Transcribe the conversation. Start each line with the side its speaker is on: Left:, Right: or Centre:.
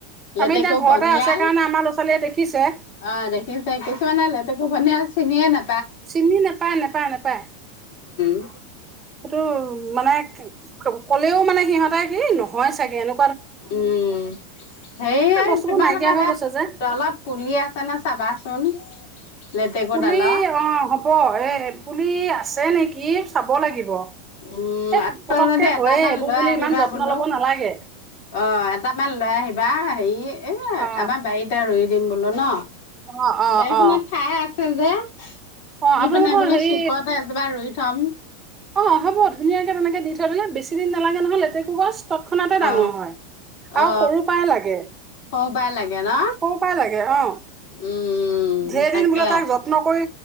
Left: লেটেকু
Right: আমি এতিয়া ঘৰতে
Left: পনিয়াল
Right: আছে কাৰণে আমাৰ ল'ৰা ছোৱালীয়ে দেখি। পকিছে।
Left: অ দেখিছে কিছুমানে লেতেকু পনিয়াল চিনিয়ে না।
Right: চিনি নাপাই নেপায় নেপায়।
Left: হয়।
Right: সেইটো মানে কলেও মানে সিহঁতে কি নহয় চাগে এনে।
Left: উম হেই
Right: এই বস্তুবোৰ
Left: তোমালোকৰ
Right: নাইকিয়া হৈ
Left: সে
Right: গৈছে যে
Left: তলত পুলি আছে নে চাবাচোন। লেটেকু
Right: পুলি
Left: ডালৰ
Right: অ হ'ব এ। পুলি আছে নেকি চাব লাগিব।
Left: উম,
Right: এই পতককে
Left: আহ যদি এটামান
Right: হয়ে এইবোৰ
Left: লৈ
Right: পুলি
Left: আহিবা
Right: ইমান যত্ন
Left: বোলো
Right: ল'ব নালাগে
Left: অ এটামান লৈ আহিবা হেৰি এ
Right: অ
Left: আমাৰ বাৰীতে ৰুই। দিম বোলো ন।
Right: অ অ
Left: বেখনত
Right: অ
Left: ঠাই আছে। সেই যে।
Right: অ
Left: সেই
Right: আপোনালোকৰ
Left: পিনাই বোলে
Right: হেৰি
Left: চুকত এজোপা ৰুই। থম।
Right: অ হ'ব ধুনীয়াকে তেনেকে দি থৈ দিলে বেছি দিন নালাগে নহয় লেতেকু গছ। তৎক্ষণাতে ডাঙৰ
Left: অ
Right: হয়, আৰু
Left: অ
Right: সৰু পৰাই লাগে
Left: সৰু পৰাই লাগে ন
Right: সৰু পৰাই লাগে অ
Left: উম
Right: ঢেৰ
Left: তাকে
Right: দিন বোলে তাক যত্ন কৰি